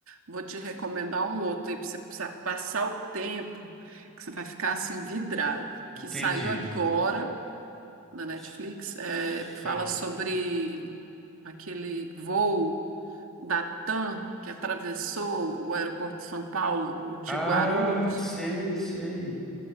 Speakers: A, on the right; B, in the centre.
A: vou te recomendar um outro aí para você pra passar o tempo, que você vai ficar assim vidrado,
B: Entendi.
A: que saiu agora na Netflix,
B: S-
A: é,
B: Sim.
A: fala sobre aquele voo da TAM que atravessou o aeroporto de São Paulo, o de
B: Ah,
A: Guarulhos.
B: sei, sei.